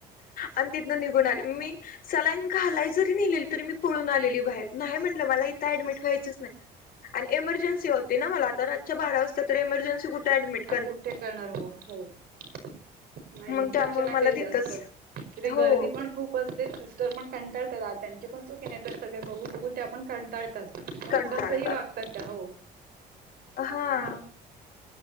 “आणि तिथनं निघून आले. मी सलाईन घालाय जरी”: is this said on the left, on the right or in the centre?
Left